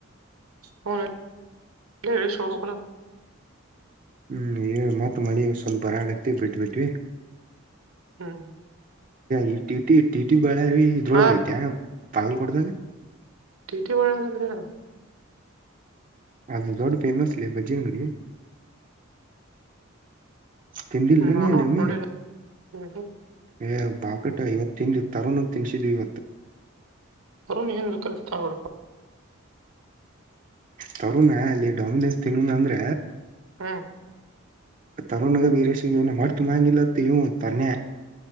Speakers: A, on the right (about 80°); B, on the right (about 40°).
A: ಹ ಶೋಪಕಲ
B: ಹ್ಮ್ ಮತ್ ಮಳಿ ಸ್ವಲ್ಪ ಬರ ಆಗತ್ತ ಬಿಟ್ಬಟ್ವಿ
A: ಹ್ಮ್
B: ಈ ಟಿಟಿ ಟಿಟಿ ಬಾಳಾರ ಇದ ಇದ್ರೊಳಗ
A: ಆ
B: ಐತೆ ಪಗಲ್ ಕೊಡದಾಗ
A: ಟಿಟಿ ಬಳಾರಂದ್ರೆನ
B: ಅದು ದೊಡ್ ಫೇಮಸ್ ಇಲ್ಲಿ ಬಜ್ಜಿ ಅಂಗಡಿ ತಿಂದಿಲ
A: ಹ್ಮ್,
B: ನ
A: ನಾನು
B: ನೀ ಅಲಮ್ಮ
A: ಒಟ್ ನೋಡಿಲ್ಲ ಹ್ಮ್ ಹ್ಮ್
B: ಏ ಬಾಕಟ ಇವತ್ತು ತಿಿಂದ ತರನಾಗ ತಿನ್ಸಿದ್ವಿ ಇವತ್ತು
A: ಅರುಣ್ ಏನು ಕತ ನಡಪ್ಪ
B: ತರುಣ ಅಲ್ಲಿ ಡಾಮಿನೋಸ್ ತಿನ್ನುೋಣ ಅಂದ್ರ
A: ಹ್ಮ
B: ತರುಣಗ ವೀರೇಶ ಏನು ಮರ್ತು ಮಾಡಗಿಲ್ಲತ್ತ ಇೂ ತರ್ನೆೆ